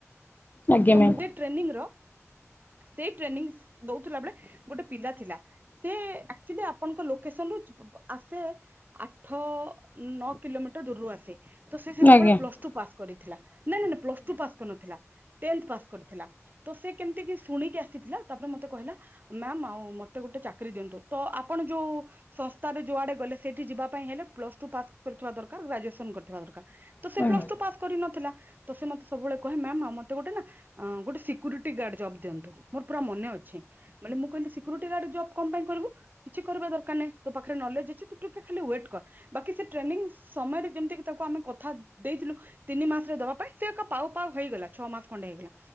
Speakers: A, on the left; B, on the right.
A: ଆଜ୍ଞା
B: ତ
A: ମ୍ୟାମ୍
B: ମୁଁ ଦେ ଟ୍ରେନିଂର ସେଇ ଟ୍ରେନିଂ ଦୋଉଥୁଲା ବେଳେ ଗୋଟେ ପିଲା ଥିଲା। ସେ ଆକ୍ଚୁଲି ଆପଣଙ୍କ ଲୋକେସନରୁ ଆସେ ଆଠ ନଅ କିଲୋମିଟର ଦୂରରୁ ଆସେ। ତ ସେ ସେତୋବେଳେ
A: ଆଜ୍ଞା ଆଜ୍ଞା
B: ପ୍ଲସ ଟୁ ପାସ୍ କରିଥିଲା ନାଁ ନାଇଁ ନାଇଁ ପ୍ଲସ ଟୁ ପାସ୍ କରିନଥିଲା। ଟେନ୍ଥ ପାସ୍ କରିଥିଲା ତ ସେ କେମତି କି ଶୁଣିକି ଆସିଥିଲା। ତାପରେ ମତେ କହିଲା ମ୍ୟାାମ ଆଉ ମତେ ଗୋଟେ ଚାକିରି ଦିଅନ୍ତୁ। ତ ଆପଣ ଯୋଉ ସଂସ୍ଥାରେ ଯୋଉ ଆଡେ ଗଲେ ସେଇଠି ଯିବା ପାଇଁ ହେଲେ ପ୍ଲସ ଟୁ ପାସ୍ କରିଥିବା ଦରକାର ଗ୍ରାଜୁଏସନ କରିଥିବା ଦରକାର। ତ ସେ
A: ଆଜ୍ଞା।
B: ପ୍ଲସ ଟୁ ପାସ୍ କରିନ ଥିଲା ତ ସେ ମତେ ସବୁବେଳେ କହେ ମ୍ୟାମ୍ ଆମ ମତେ ଗୋଟେ ନାଁ ଗୋଟେ ସିକୁରିଟି ଗାର୍ଡ ଜବ ଦିଅନ୍ତୁ। ମୋର ପୁରା ମନ ଅଛି ମାନେ ମୁଁ କହିଲି ସିକୁରିଟି ଗାଡ୍ ଜବ କଣ ପାଇଁ କରିବୁ? କିଛି କରିବା ଦରକାର ନାହିଁ ତୋ ପାଖରେ ନଲେଜ ଅଛି ତୁ ଟିକେ ଖାଲି ୱେଟ କର ବାକି ସେ ଟ୍ରେନିଂ ସମୟରେ ଯେମତି ତାକୁ ଆମେ କଥା ଦେଇଥିଲୁ ତିନି ମାସରେ ଦବା ପାଇଁ ସେ ଏକ ପାଉ ପାଉ ହେଇଗଲା ଛଅ ମାସ। ଖଣ୍ଡେ ହେଇଗଲା